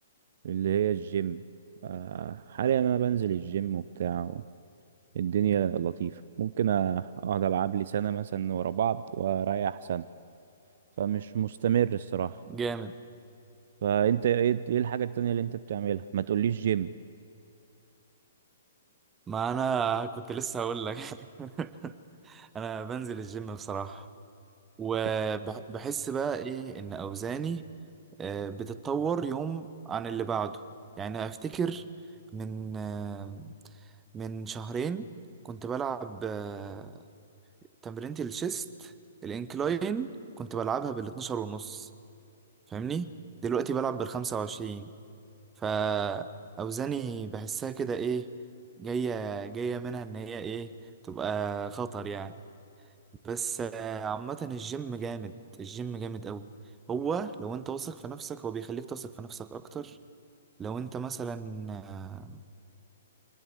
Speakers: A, on the right; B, on the right.
A: اللي هي الجيم آه حاليا انا بنزل الجيم وبتاع الدنيا لطيفة ممكن اقعد العب لي سنة مثلا ورا بعض واريح سنة فمش مستمر الصراحة
B: جامد
A: فانت ايه إيه الحاجة التانية اللي انت بتعملها ما تقوليش جيم
B: ما انا كنت لسه هقول لك <laughs> انا بنزل الجيم بصراحة وبحس
A: <laughs>
B: بقى ايه ان اوزاني آه، بتتطور يوم عن اللي بعده يعني افتكر من آه، من شهرين كنت بلعب آه، تمرينة الشيست الانكلاين كنت بلعبها بال 12 ونص فاهمني دلوقتي بلعب بال 25 فأوزاني بحسها كده إيه جاية جاية منها إن هي إيه تبقى خطر يعني بس آه، عامة الجيم جامد الجيم جامد أوي هو لو أنت واثق في نفسك هو بيخليك تثق في نفسك أكتر لو أنت مثلا آه،